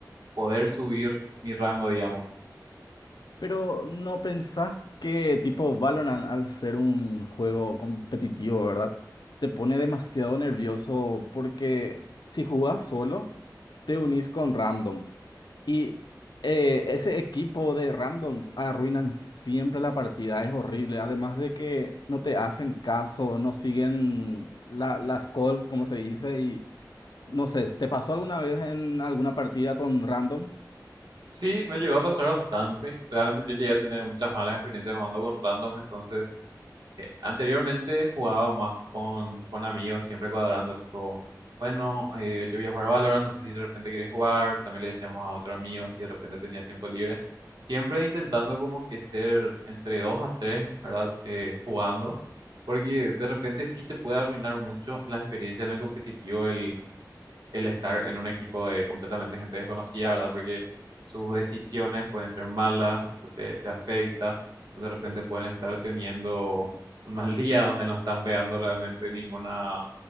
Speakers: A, on the right (about 80°); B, on the left (about 75°).
A: poder subir mi rango, digamos.
B: Pero ¿no pensás que tipo Valorant al ser un juego competitivo, ¿verdad? Te pone demasiado nervioso porque si jugás solo, te unís con randoms. Y eh, ese equipo de randoms arruinan siempre la partida, es horrible. Además de que no te hacen caso, no siguen la- las calls, como se dice, y no sé, ¿te pasó alguna vez en alguna partida con randoms?
A: Sí, me llegó a pasar bastante, realmente yo llegué a tener muchas malas experiencias jugando con randoms, entonces... Eh, Anteriormente jugaba más con, con amigos, siempre cuadrando, tipo, bueno, eh, yo voy a jugar Valorant, no sé si de repente quieres jugar, también le decíamos a otro amigo si de repente tenía tiempo libre, siempre intentando como que ser entre dos a tres, ¿verdad? Eh, jugando, porque de repente sí te puede arruinar mucho la experiencia en el competitivo el estar en un equipo de completamente gente desconocida, ¿verdad? Porque sus decisiones pueden ser malas, eso te, te afecta, o de repente pueden estar teniendo un mal <laughs> día donde no están pegando realmente ninguna